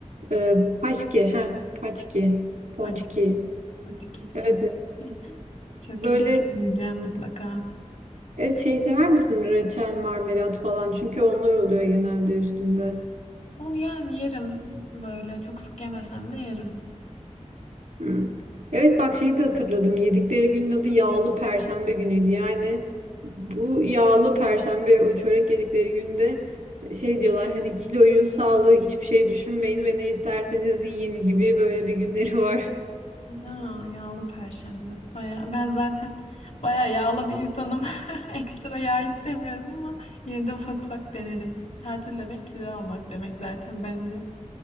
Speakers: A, on the right; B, on the left.
A: Ee, Paşki, heh, Paçki, Ponçki.
B: Hadi. Fatike.
A: Evet,
B: Tamam.
A: evet.
B: <laughs> Çok
A: Böyle
B: iyi. Yiyeceğim mutlaka.
A: evet, şey sever misin? Reçel, marmelat falan. Çünkü onlar oluyor genelde üstünde.
B: Onu yani yerim. Böyle çok sık yemesem de yerim.
A: Hı. Evet bak şeyi de hatırladım. Yedikleri günün adı yağlı perşembe günüydü. Yani bu yağlı perşembe o çörek yedikleri günde e, şey diyorlar hani kiloyu, sağlığı hiçbir şey düşünmeyin ve ne isterseniz yiyin gibi böyle bir günleri <laughs> var.
B: Ya yağlı perşembe. Baya, ben zaten baya yağlı bir insanım. <laughs> Ekstra yağ istemiyorum ama yine de ufak ufak denerim. Tatil demek kilo almak demek zaten bence.